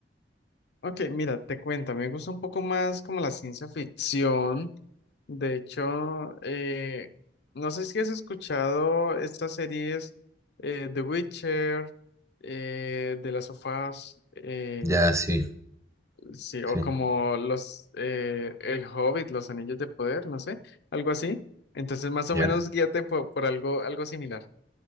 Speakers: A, on the left; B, on the right.
A: Ok, mira, te cuento, me gusta un poco más como la ciencia ficción. De hecho, eh, no sé si has escuchado estas series eh, The Witcher, eh, The Last of Us, eh,
B: Ya, sí,
A: sí, o
B: sí,
A: como los eh, El Hobbit, Los Anillos de Poder, no sé, algo así. Entonces, más
B: ya.
A: o menos guíate por, por algo, algo similar.